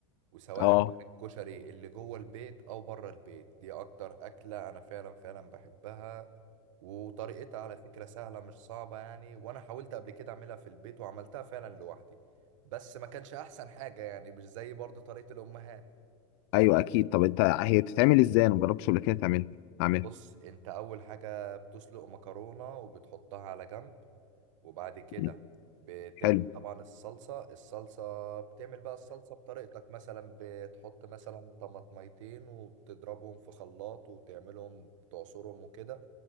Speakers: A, on the right (about 70°); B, on the left (about 55°).
A: وسواء
B: اه
A: كان الكشري اللي جوه البيت او بره البيت دي اكتر اكله انا فعلا فعلا بحبها وطريقتها على فكره سهله مش صعبه يعني وانا حاولت قبل كده اعملها في البيت وعملتها فعلا لوحدي بس ما كانش احسن حاجه يعني مش زي برضه طريقه الامهات
B: ايوه اكيد طب انت هي بتتعمل ازاي انا مجربتش قبل كده تعملها اعملها
A: بص انت اول حاجه بتسلق مكرونه وبتحطها على جنب وبعد كده
B: مم.
A: بتعمل
B: حلو
A: طبعا الصلصة الصلصة بتعمل بقى الصلصة بطريقتك مثلا بتحط مثلا طماطميتين وبتضربهم في خلاط وتعملهم تعصرهم وكده